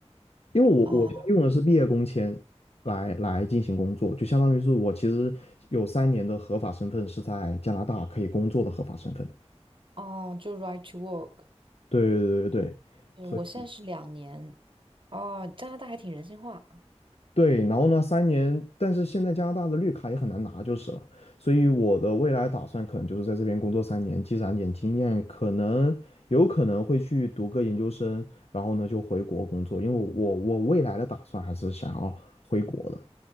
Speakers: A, on the left; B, on the right.
A: 因为我我现在用的是毕业工签来来进行工作，
B: 哦
A: 就相当于是我其实有三年的合法身份是在加拿大可以工作的合法身份。
B: 哦，就 right to work。
A: 对对对对对，
B: 对，
A: 所以
B: 我现在是两年。哦，加拿大还挺人性化，
A: 对，然后呢，三年，但是现在加拿大的绿卡也很难拿就是了，所以我的未来打算可能就是在这边工作三年，积攒点经验，可能有可能会去读个研究生，然后呢就回国工作，因为我我未来的打算还是想要回国的。